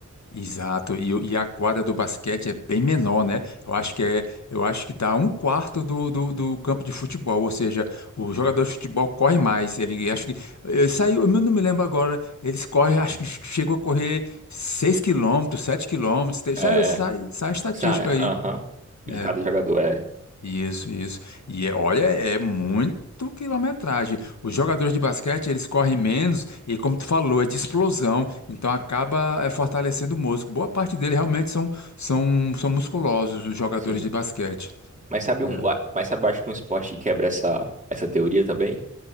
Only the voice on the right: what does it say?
É,
é.
Sa-
aham, de
cada jogador, é,
sim.
Mas sabe
um, mas sabe, eu acho que um esporte que quebra essa, essa teoria também?